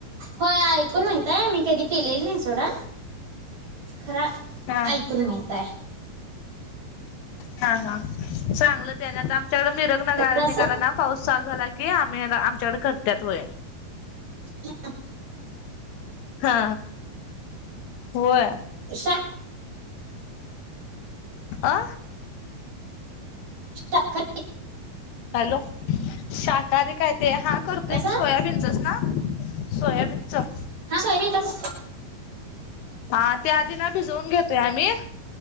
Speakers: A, on the right; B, on the left.
A: होय आहे. ऐकून माहिताय मी कधी केलेलं नाही सोडा, खरा
B: हा
A: ऐकून माहिताय.
B: हा हा चांगलं त्याने आता आमच्याकड मिर नगाळ
A: कसं
B: निघाल ना पाऊस चालू झालाय. कि आम्ही ये ना, आमच्याकडे करत्यात होय!
A: ह <unintelligible>
B: हा होय
A: शा-
B: अ!
A: साखर
B: हॅलो! शाकाहारी. काय ते हा करतोय
A: कसं
B: की सोयाबीनचच ना? सोयाबीन च?
A: हा सोयाबीन नच
B: हा त्या आधी ना भिजवून घेतोय आम्ही.